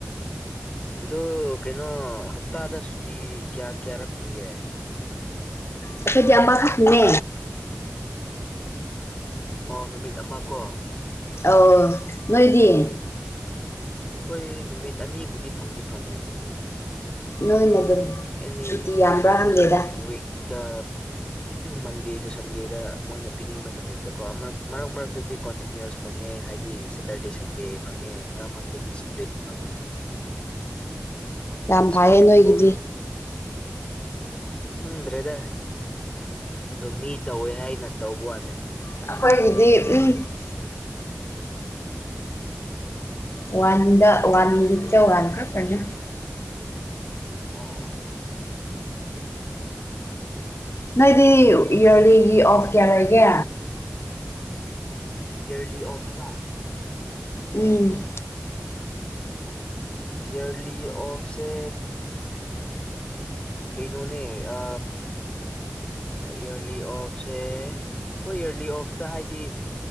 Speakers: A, on the left (about 20°); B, on the left (about 55°).
A: ꯑꯗꯨ ꯀꯩꯅꯣ ꯍꯞꯇꯥꯗ ꯁꯨꯇꯤ ꯀꯌꯥ ꯀꯌꯥꯔꯛ ꯐꯪꯒꯦ
B: ꯑꯩꯈꯣꯏꯗꯤꯃꯈꯛꯅꯦ
A: ꯑꯣ ꯅꯨꯃꯤꯠ ꯑꯃ ꯀꯣ
B: ꯑ ꯅꯣꯏꯗꯤꯡ
A: ꯑꯩꯈꯣꯏ ꯅꯨꯃꯤꯠ ꯑꯅꯤꯕꯨꯗꯤ ꯐꯪꯗꯤ ꯐꯪꯉꯦ ꯑꯩꯈꯣꯏꯗꯤ
B: ꯅꯣꯏꯅ ꯑꯗꯨꯝ
A: ꯑꯦꯅꯤ
B: ꯁꯨꯇꯤ ꯌꯥꯝꯕ꯭ꯔꯥ ꯍꯪꯒꯦꯗ
A: ꯋꯤꯛ ꯇ ꯃꯟꯗꯦ ꯇꯨ ꯁꯟꯗꯦꯗ ꯃꯣꯏꯅ ꯄꯤꯅꯤꯡꯕ ꯅꯨꯃꯤꯠꯇꯀꯣꯛ ꯃꯔꯛ ꯃꯔꯛꯇꯗꯤ ꯀꯣꯟꯇꯤꯅ꯭ꯌꯨꯁ ꯐꯪꯉꯦ ꯍꯥꯏꯗꯤ ꯁꯦꯇꯔꯗꯦ ꯁꯟꯗꯦ ꯐꯪꯉꯦ ꯃꯔꯛ ꯃꯔꯛꯇꯗꯤ ꯁꯄ꯭ꯔꯤꯠ ꯐꯪꯉꯦ
B: ꯌꯥꯝ ꯐꯩꯌꯦ
A: ꯁ꯭ꯄ꯭ꯂꯤꯠ
B: ꯅꯣꯏꯒꯤꯗꯤ
A: ꯑꯣꯐ ꯈꯪꯗ꯭ꯔꯦꯗ ꯑꯣ ꯃꯤ ꯇꯧꯋꯦ ꯍꯥꯏꯅ ꯇꯧꯕ ꯋꯥꯅꯤ
B: ꯑꯩꯈꯣꯏꯒꯤꯗꯤ ꯋꯥꯟꯗ ꯋꯥꯟ ꯂꯤꯇ ꯋꯥꯟ ꯀꯅ
A: ꯑ
B: ꯅꯣꯏꯗꯤ ꯏꯔꯂꯤꯒꯤ ꯑꯣꯐ ꯀꯌꯥ ꯂꯩꯒꯦ
A: ꯏꯔꯂꯤ ꯑꯣꯐ ꯍꯥꯏꯕ
B: ꯎꯝ
A: ꯏꯔꯂꯤ ꯑꯣꯐꯁꯦ ꯀꯩꯅꯣꯅꯦ ꯑ ꯏꯔꯂꯤ ꯑꯣꯐꯁꯦ ꯑꯩꯈꯣꯏ ꯏꯔꯂꯤ ꯑꯣꯐꯇ ꯍꯥꯏꯗꯤ